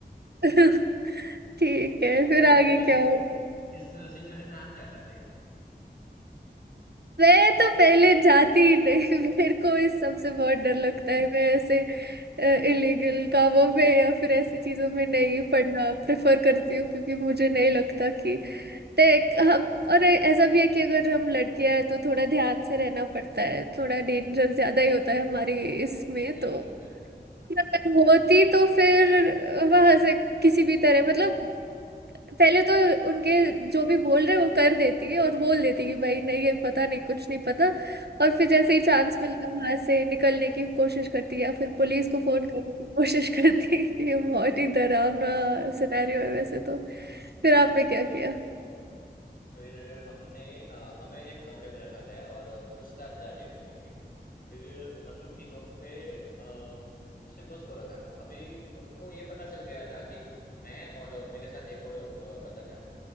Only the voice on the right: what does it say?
<laughs>
ठीक
है
फिर
आगे
क्या हो
मैं तो पहले जाती ही नहीं <laughs> मेरे को इस सब से बहुत डर लगता है मैं ऐसे इलीगल कामों में या फिर ऐसी चीजों में नहीं पढ़ना प्रेफर करती हूँ क्योंकि मुझे नहीं लगता कि देख हम और ऐसा भी है कि अगर हम लड़कियां हैं तो थोड़ा ध्यान से रहना पड़ता है थोड़ा डेंजर ज्यादा ही होता है हमारी इसमें
तो
अगर होती तो फिर वहां से किसी भी तरह मतलब पहले तो उनके जो भी बोल रहे वो कर देती है और बोल देती कि भाई नहीं ये पता नहीं कुछ नहीं पता और फिर
जैसे ही चांस मिलता वहां से निकलने की कोशिश करती या फिर पुलिस को फोन करने की कोशिश करती ये बहुत ही डरावना सिनेरियो है वैसे तो फिर आपने
क्या किया